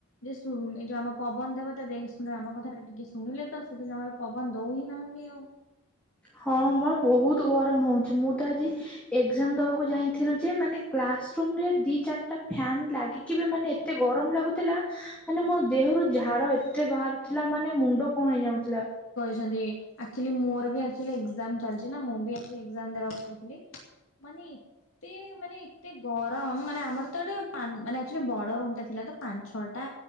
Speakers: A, on the left (about 65°); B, in the centre.
A: ଯେ ଶୁଣ ଏଇ ଯୋଉ ଆମ ପବନ ଦେବତା ଦେଖ ଶୁଣ ଆମ କଥା ଟା ଟିକେ ଶୁଣିଲେ ତ ସେ ତ ଜମାରୁ ପବନ ଦୋଉ ହିଁ ନାହାନ୍ତି ଆଉ।
B: ହଁ ବା ବହୁତ ଗରମ ହେଉଛି। ମୁଁ ତ ଆଜି ଏଗ୍ଜାମ ଦବାକୁ ଯାଇଥିଲୁ ଯେ ମାନେ କ୍ଲାସ ରୁମରେ ଦି ଚାରିଟା ଫ୍ୟାନ୍ ଲାଗି କିବି ମାନେ ଏତେ ଗରମ ଲାଗୁଥିଲା ମାନେ ମୋ ଦେହରୁ ଝାଳ ଏତେ ବାହ ଥିଲା ମାନେ ମୁଣ୍ଡ କଣ ହେଇଯାଉଥିଲା।
A: ଚନ୍ତି ଆକଚୁଲି ମୋର ବି ଆକ୍ଚୁଲି ଏକ୍ଜାମ୍ ଚାଲିଚି ନା ମୁ ବି ଏଗଜାମ ଦେବାକୁ ଯାଇଥିଲି ମାନେ ଏତ୍ ଏତେ ମାନେ ଏତେ ଗରମ ମାନେ ଆମର ତ ଏଠି ମାନେ ଆଚୁଆଲି ବଡ ରୁମ୍ ଟା ଥିଲା ତ ପାଞ୍ଚ ଛଅଟା